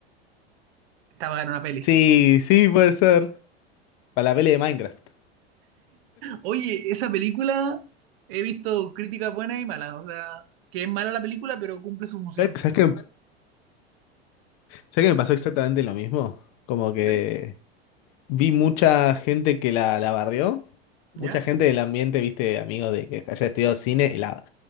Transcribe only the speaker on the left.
sí, sí, puede ser, para la pelea de Minecraft.
¿Sabes sabes qué, sabes qué me pasó exactamente lo mismo? Como que
vi mucha gente que la, la bardeó, mucha
gente del ambiente, viste, amigos de que haya estudiado cine, y la,